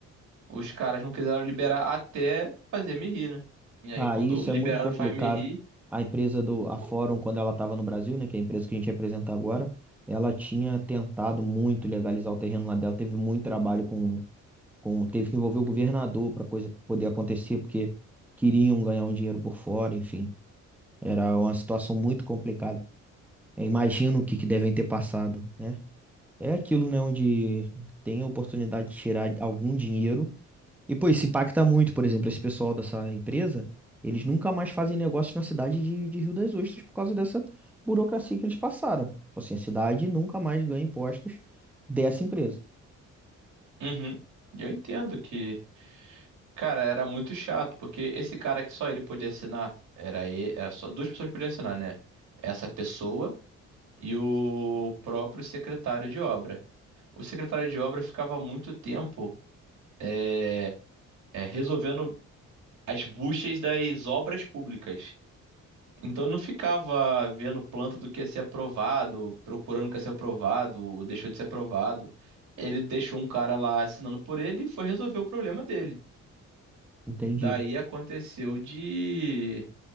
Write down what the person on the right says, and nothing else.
os caras não quiseram liberar até fazer me rir, né? E aí
quando
liberaram
o Faz Me Rir,
o-
uhum, eu entendo que, cara, era muito chato, porque esse cara que só ele podia assinar, era, e- era só duas pessoas que podiam assinar, né? Essa pessoa e o próprio secretário de obra. O secretário de obra ficava muito tempo é, é, resolvendo as buchas das obras públicas. Então eu não ficava vendo planta do que ia ser aprovado, procurando o que ia ser aprovado, ou deixou de ser aprovado. Ele deixou um cara lá assinando por ele e foi resolver o problema dele.
Daí aconteceu de.